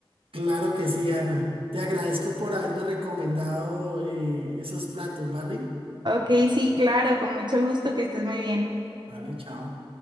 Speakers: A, on the right (about 70°); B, on the right (about 55°).
A: Claro que sí, Ana. Te agradezco por haberme recomendado eh, esos platos, ¿vale?
B: Ok, sí, claro, con mucho gusto, que estés muy bien.
A: Dale, chao.